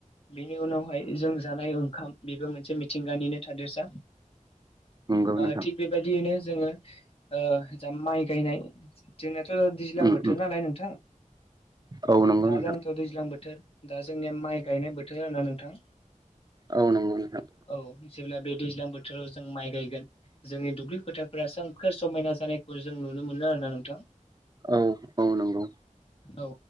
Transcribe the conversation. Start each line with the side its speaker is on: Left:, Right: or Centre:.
Left: बिनि उनावहाय जों जानाय ओंखाम बेबो मोनसे मिथिंगानिनो थादेरसा।
Right: नंगौ
Left: ओ
Right: नोंथां
Left: थिग बेबायदियैनो जोङो ओ जा माइ गायनाय जोंनियाथ' दैज्लां
Right: उम
Left: बोथोर
Right: उम
Left: नालाय नोंथां
Right: औ नंगौ
Left: दा
Right: नोंथां
Left: <unintelligible> दैज्लां बोथोर दा जोंनिया माइ गायनाय बोथोर आरोना नोंथां।
Right: औ नंगौ नोंथां।
Left: औ जेब्ला बे दैज्लां बोथोराव जों माइ गायगोन। जोंनि दुब्लि फोथारफोरा सोंखोर समायना जानायखौ जों नुनो मोनो आरोना नोंथां।
Right: औ औ नंगौ
Left: औ